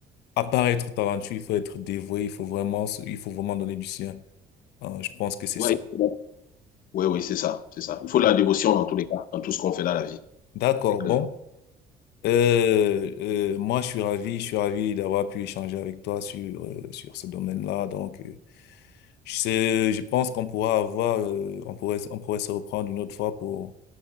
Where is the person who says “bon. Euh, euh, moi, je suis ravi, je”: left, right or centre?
Left